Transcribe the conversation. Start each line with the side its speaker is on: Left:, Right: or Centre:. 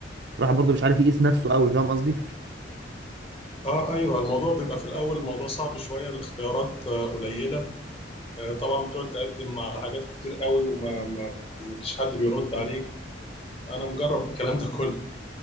Right: الواحد برضه مش عارف يقيس نفسه أوي فاهم قصدي؟
Left: اه ايوه الموضوع بيبقى في الاول الموضوع صعب شويه الاختيارات آه، قليله آه، طبعا بتقعد تقدم على حاجات كتير قوي وما ما ما فيش حد بيرد عليك انا مجرب الكلام ده كله